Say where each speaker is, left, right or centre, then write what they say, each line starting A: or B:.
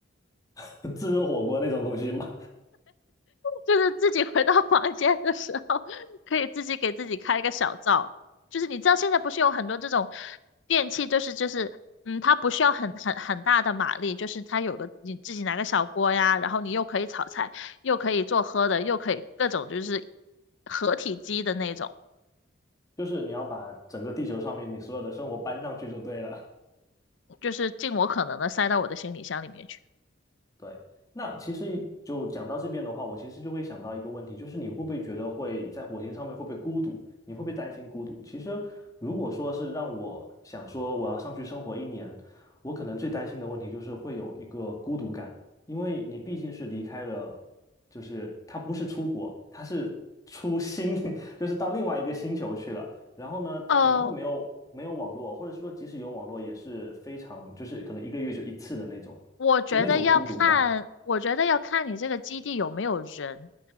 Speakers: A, on the left; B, on the left.
A: <laughs> 自热火锅那种东西吗？
B: 就是自己回到房间的时候，可以自己给自己开一个小灶。就是你知道现在不是有很多这种电器，就是就是嗯，它不需要很很很大的马力，就是它有个你自己拿个小锅呀，然后你又可以炒菜，又可以做喝的，又可以各种就是合体机的那种，
A: <laughs> 就是你要把整个地球上面你所有的生活搬上去就对了。
B: 就是尽我可能的塞到我的行李箱里面去。
A: 对，那其实就讲到这边的话，我其实就会想到一个问题，就是你会不会觉得会在火星上面会不会孤独？你会不会担心孤独？其实如果说是让我想说我要上去生活一年，我可能最担心的问题就是会有一个孤独感，因为你毕竟是离开了，就是它不是出国，它是出星，<laughs> 就是到另外一个星球去了。然后呢，
B: 呃，
A: 可能会没有没有网络，或者说即使有网络也是非常，就是可能一个月就一次的那种。
B: 我觉得要看，
A: 就那种孤独感。
B: 我觉得要看你这个基地有没有人。